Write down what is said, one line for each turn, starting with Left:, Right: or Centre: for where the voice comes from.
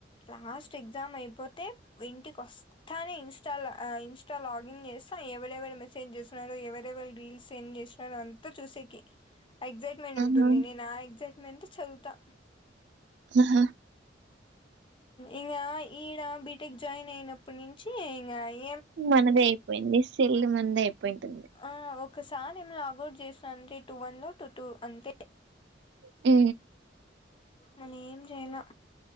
Left: లాస్ట్ ఎగ్జామ్ అయిపోతే ఇంటికి వస్తా థానీ ఇన్స్టాల్ ఆ ఆ ఇన్స్టా లాగిన్ చేస్తా ఎవరెవరు మెసేజ్ చేస్తున్నారు ఎవరెవరు రీల్స్ సెండ్ చేస్తురో అంతా చూస కే ఎక్సైట్మెంట్
Right: ఆహా
Left: ఉంటుంది నేను ఆ ఎక్సైట్మెంట్ చదువుతా
Right: ఆహా
Left: ఇగ ఈడ బీటెక్ జాయిన్ అయినప్పటి నుంచి ఇ
Right: మనదే అయిపోయింది సెల్ మనదే అయిపోయింటంది
Left: ఆ ఒకసారి ఏమ లాంగ్ అవుట్ చేసా అంతే టూ వన్ లో టూ టూ అంతే
Right: హు
Left: నేను ఏం చేయాల